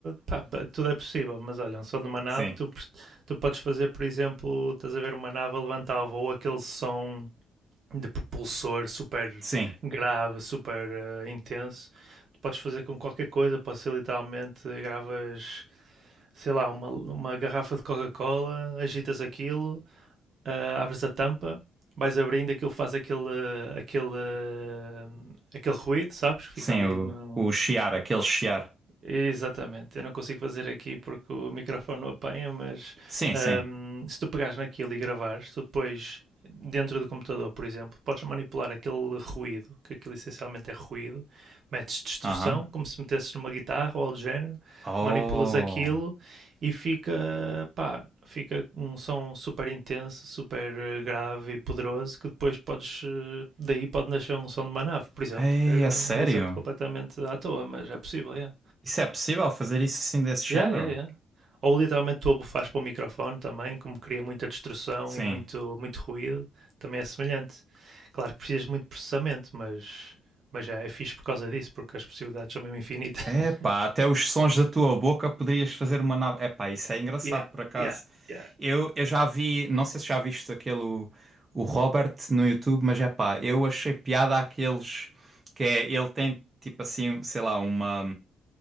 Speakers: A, on the right; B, on the right.
A: pá, pá, tudo é possível, mas olha, um som de uma nave,
B: sim,
A: tu, pres- tu podes fazer, por exemplo, estás a ver uma nave a levantar a voo, aquele som de propulsor super
B: sim,
A: grave, super eh, intenso, tu podes fazer com qualquer coisa, pode ser literalmente, gravas, sei lá, uma, uma garrafa de Coca-Cola, agitas aquilo, eh, abres a tampa, vais abrindo, aquilo faz aquele, aquele, eh, aquele ruído, sabes? Fica
B: sim,
A: ali
B: o,
A: no
B: o chiar, aquele chiar.
A: Exatamente, eu não consigo fazer aqui porque o microfone não apanha, mas
B: Sim,
A: ahm,
B: sim.
A: se tu pegares naquilo e gravares, tu depois, dentro do computador, por exemplo, podes manipular aquele ruído, que aquilo essencialmente é ruído, metes distorção,
B: Aham.
A: como se metesses numa guitarra ou algo do género,
B: Oh.
A: manipulas aquilo e fica, pá, fica um som super intenso, super eh, grave e poderoso, que depois podes, eh, daí pode nascer um som de uma nave, por exemplo.
B: Ei,
A: É
B: é
A: um
B: sério?
A: exemplo completamente à toa, mas é possível, é.
B: Isso é possível fazer isso assim desse género?
A: Yeah, yeah, yeah. Ou literalmente tu abufas para o microfone também, como cria muita destrução
B: Sim.
A: e muito, muito ruído, também é semelhante. Claro que precisas de muito processamento, mas, mas já é fixe por causa disso, porque as possibilidades são mesmo infinitas. <laughs>
B: Epá, até os sons da tua boca poderias fazer uma nave. Epá, isso é engraçado
A: Yeah,
B: por acaso.
A: yeah, yeah.
B: Eu, eu já vi, não sei se já viste aquele o o Robert no YouTube, mas epá, eu achei piada àqueles que é ele tem tipo assim, sei lá, uma